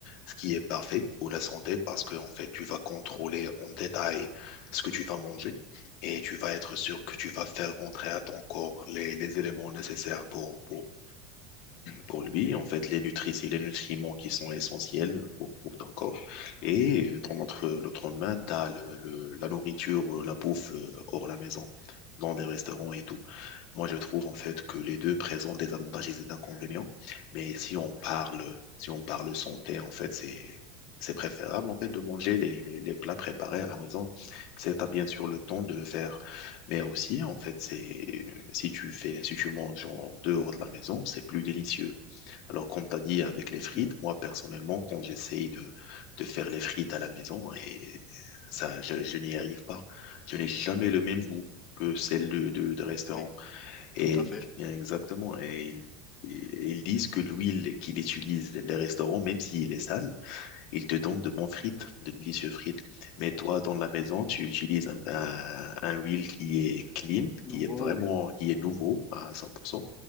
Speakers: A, on the left (about 55°); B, on the left (about 20°).
A: ce qui est parfait pour la santé parce que, en fait, tu vas contrôler en détail ce que tu vas manger et tu vas être sûr que tu vas faire rentrer à ton corps les, les éléments nécessaires pour, pour, pour lui, en fait, les nutrices et les nutriments qui sont essentiels pour, pour ton corps. Et dans l'autre, l'autre main, tu as le, le- la nourriture, euh, la bouffe euh, hors la maison, dans des restaurants et tout. Moi, je trouve en fait que les deux présentent des avantages et des inconvénients, mais si on parle, si on parle santé, en fait, c'est c'est préférable en fait de manger les, les, les plats préparés à la maison. C'est t'as bien sûr le temps de le faire, mais aussi en fait, c'est si tu fais, si tu manges en dehors de la maison, c'est plus délicieux. Alors, comme t'as dit avec les frites,
B: Mm.
A: moi personnellement, quand j'essaye de de faire les frites à la maison et ça, je, je n'y arrive pas. Je n'ai jamais le même goût que celle de, de, de restaurant.
B: Oui,
A: Et
B: tout à
A: il-
B: fait.
A: bien exactement. Et ils, et ils disent que l'huile qu'il utilise, les restaurants, même s'il est sale, ils te donnent de bons frites, de délicieux frites. Mais toi, dans la maison, tu utilises un, un, un huile qui est clean,
B: Nouveau,
A: qui est vraiment,
B: oui.
A: qui est nouveau à 100%.